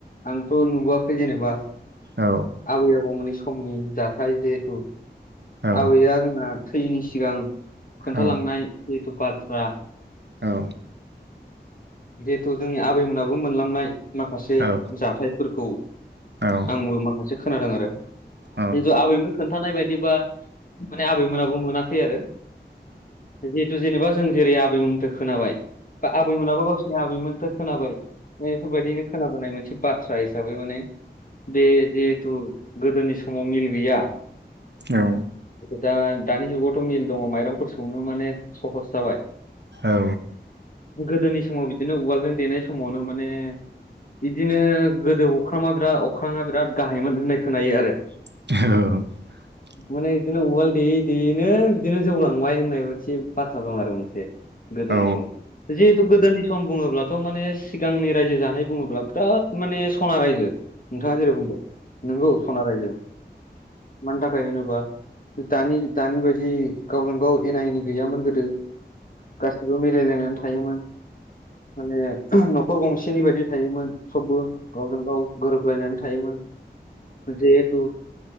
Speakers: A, on the left; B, on the right.
A: आंथ' नुबोआखै जेनेबा।
B: औ
A: आबै आबौमोनै समनि जाथाय जिहेथु
B: औ
A: आबैआ जोंना। थैनि सिगां खोन्थालांनाय
B: औ
A: जिथु बाथ्रा।
B: औ।
A: जेथ' जोंनि आबैमोनाबो मोनलांनाय माखासे
B: औ
A: जाथायफोरखौ।
B: औ
A: आंबो माखासे खोनादों आरो
B: औ नोंथां औ
A: जिन्थु आबैमोन खोन्थानाय बायदिबा। माने आबैमोनाबो मोनाखै आरो जिहेथु जेनेबा जों। जेरै आबैमोनिफ्राय खोनाबाय। बा आबैमोनाबो गावसिोरनि आबैमोनिफ्राय खोनाबाय बेफोरबायदिनो खोनाबोनाय मोनसे बाथ्रा हिसाबै माने बे जिहेथु गोदोनि समाव मिल गैया।
B: औ।
A: दा-दानि जुगावथ' मिल दङ माइरंफोर सौनो माने सहस जाबाय।
B: औ।
A: गोदोनि समाव बिदिनो उवालजों देनाय समावनो माने। बिदिनो गोदो अख्रामा बिराद अख्राङा बिराद गाहायमोन होननाय खोनायो आरो।
B: औ।
A: माने बिदिनो उवाल देयै देयैनो बिदिनो जौलांबाय होननाय मोनसे बाथ्रा दं आरो मोनसे। गोदोनि
B: औ
A: समाव जिहेतु गोदोनि सम। बुङोब्लाथ' माने सिगांनि रायजो जानाय बुङोब्ला बिराद माने सना रायजो। नोंथाङा जेरै बुंदों नंगौ सना रायजो मानि थाखाय होनोबा। दानि दानि बायदि गावजों गाव एना एनि गैयामोन गोदो। गासिबो मिलायलायनानै थायोमोन माने। न'खर गंसेनि बायदि थायोमोन। सबबो गावजों गाव गोरोबलायनानै थायोमोन जिहेथु।